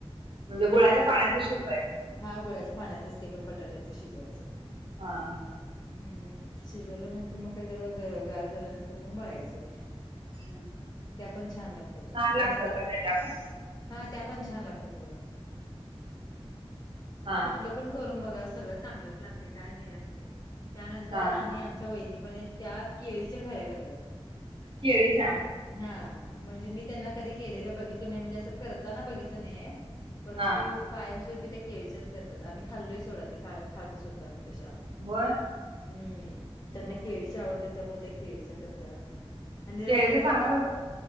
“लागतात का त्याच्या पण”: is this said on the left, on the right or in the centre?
Right